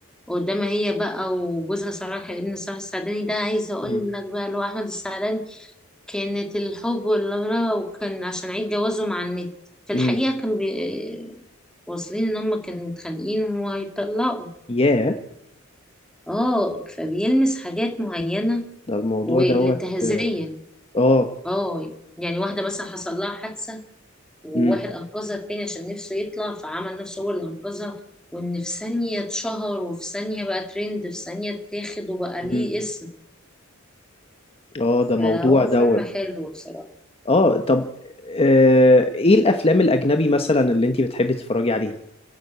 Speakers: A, in the centre; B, on the left (about 30°).
A: قدامها هي بقى وجوزها صلاح ابن صلاح السعداني ده عايزة اقول
B: امم
A: لك بقى اللي هو احمد السعداني كانت الحب والغلا وكان عشان عيد جوازه مع النت في الحقيقة
B: امم
A: كان بي... واصلين ان هم كانوا متخانقين وهيطلقوا
B: ياه
A: اه فبيلمس حاجات معينة
B: ده الموضوع
A: والانتهازية
B: دوت اه
A: اه يعني واحدة مثلا حصل لها حادثة وواحد
B: امم
A: أنقذها التاني عشان نفسه يطلع فعمل نفسه هو اللي أنقذها وإن في ثانية اتشهر وفي ثانية بقى ترند في ثانية اتاخد وبقى ليه
B: امم
A: اسم
B: اه ده موضوع
A: فهو
B: دوت
A: فيلم حلو بصراحة
B: اه طب آه ايه الافلام الاجنبي مثلا اللي انتي بتحبي تتفرجي عليها